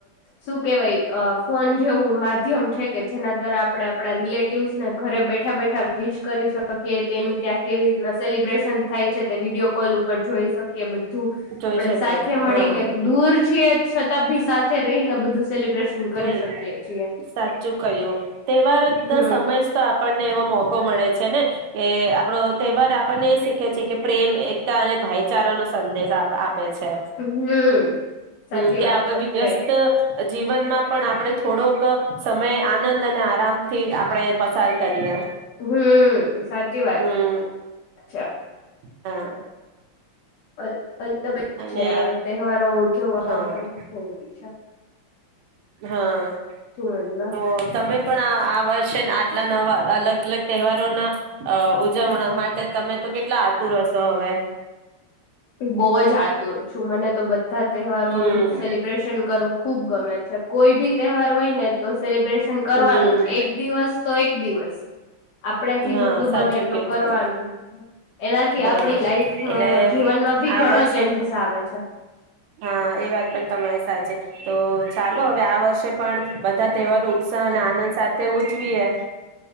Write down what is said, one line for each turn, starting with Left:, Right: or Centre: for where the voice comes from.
Left: શું કેવાય ફોન જેવું માધ્યમ છે કે જેના દ્વારા આપણે આપણા રિલેટિવસ ને ઘરે બેઠા બેઠા વિ કરી શકીએ તેની ત્યાં કેવી રીતના સેલિબ્રેશન થાય છે તે વિડીયો કોલ ઉપર જોઈ શકીએ બધ ધુ આપણેે
Right: જોઈ શકીએ
Left: સાત મળીને
Right: હા
Left: દૂર છીએ છતાં ભી સાથે રહીને બધું સેલિબ્રેશન કરી
Right: રહી
Left: શકીએ છીએ
Right: સાચું કહ્યું તહેવાર
Left: હમ
Right: ના સમય જ તો આપણને એવો મોકો મળે છે ને કે આપણો તહેવાર આપણને એ શીખે છે કે પ્રેમ એકતા અને ભાઈચારાનો સંદેશ આપ પે છે
Left: હમ
Right: હમ
Left: સાચી
Right: કે
Left: વાત
Right: આપણે
Left: છે
Right: બી વ્યસ્ત
Left: પ્રેમ
Right: જી જીવનમાં પણ આપે થોડોક અમે આનંદ અને આરામથી આપણે પસાર કરીએ.
Left: હમ સાચી વાત
Right: હમ
Left: અચ્છા
Right: હા
Left: અ અજુ બ
Right: અને
Left: છે આ તહેવારો ઉજવવા
Right: હા
Left: પણ જરૂરી છે.
Right: હા
Left: જીવનમાં
Right: તો તમે પણ આ વર્ષે આટલા નવા અલગ અલગ તહેવારો ના અ ઉજવણા માટે તમે તો કેટલા આતુર હશો તો હવે
Left: બહુજ આતુર છું મને તો બધ ધા તહેવારોનું
Right: હમ
Left: સેલિબ્રેશન કરુ ખુબ ગમે છે કોઈ બી તહેવાર હોય ને તો સેલિબ્રેશન કરવાનું
Right: હમ
Left: જ એક દિવસ તો એક દિવસ આપડેથી
Right: હા
Left: જેટલું
Right: સાચું
Left: બને એટલું
Right: કીધું
Left: કરવાનું એનાથી
Right: હા
Left: આપડી
Right: એટલે
Left: લાઈફ જીવનમાં ભી
Right: આ
Left: ઘણો
Right: વર્ષે
Left: ચેન્જીસ આવે છે.
Right: હા એ વાત પણ તમારી સાચી તો ચાલો હવે આ વર્ષે પણ બધા તહેવારો ઉત્સાહ અને આનંદ સાથે તે ઉજવી એ